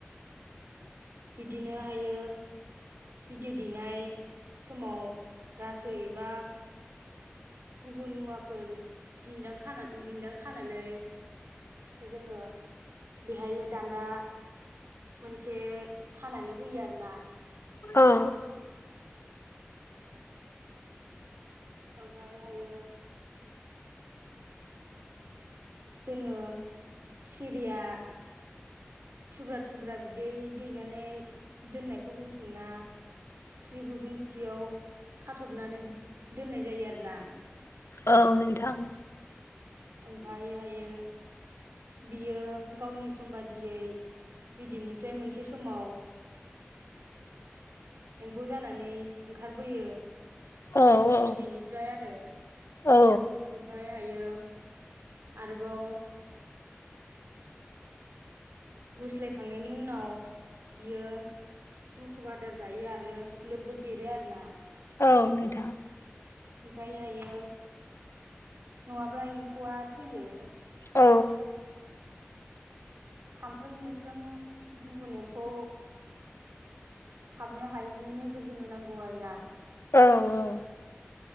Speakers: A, on the right; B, on the left.
A: बिदिनो हायो बिदै दैनाय समाव रासो एबा गुबुन मुवाफोर दिन्दां खाना दिन्दां खानानै जोङो बेहाययो दान्दा मोनसे खानानै होयो आरो ना।
B: औ।
A: ओमफायहाययो जोङो सिखिरिया थुब्रा थुब्रा बिदै दैनानै दोननायखौ बुथुमना स्रिथ्रि गुदुं सियाव खाथबनानै दोननाय जायो आरो ना।
B: औ नोंथां।
A: ओमफायहायो बियो गावनि सम बादियै बिदैनिफ्राय मोनसे समाव एम्फौ जानानै ओंखारबोयो
B: औ औ
A: बिदैनिफ्राय आरो।
B: औ
A: ओमफायहायो आरोबाव गुस्लायखांनायनि उनाव बियो मुखुब आदार जायो आरो लोब लोब देरो आरो ना।
B: औ नोंथां।
A: ओमफायहायो नङाब्ला एम्फौआ थैयो।
B: औ
A: थाम्फै मोस्रोम गुबुन एम्फौ हाबनो हायैनि नोजोर होनो नांगौ आरो ना।
B: औ औ